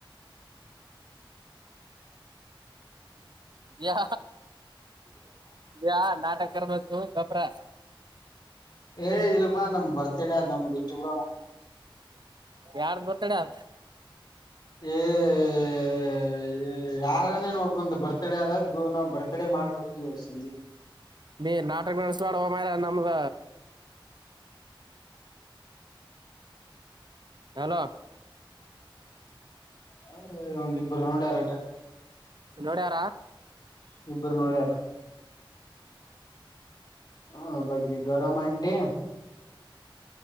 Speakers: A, on the right; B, on the left.
A: <unintelligible> ಬ ಬ ನಾಟಕರ್ <unintelligible>
B: ಏ ಇಲ್ಲಪಾ ನಮ್ ಬರ್ತಡೇ ಆದ್ <unintelligible> ನಮ್ದಷ್ಟು ಬಿಡ
A: ಯಾರ್ದ್ ಬರ್ತಡೆ ಆಯ್ತು.
B: ಏಏಏಏ <unintelligible> ಅರಾನೇ ಒಬಂದ್ ಬರ್ತಡೆ ಆದದ್ದು ನಾವು ಬರ್ತ್ಡೆ ಮಾಡ್ಬಿಡ್ತೀವಿ ಸಂಜಿಕ್ಕೆ.
A: ನೀ ನಾಟಕ ನಡೆಸ್ಬೇಡ್ವೊ ಮಾರಾಯ ನಮ್ದ. ಹಲೋ
B: <unintelligible> ಒಂದಿಬ್ಬರು ನೋಡ್ಯಾರಟ.
A: ನೊಡ್ಯಾರಾ
B: ಇಬ್ಬರು ನೋಡ್ಯಾರ. ಹ ಒಬ್ಬಾಕಿ ಗರಮ್ ಆಂಟಿ.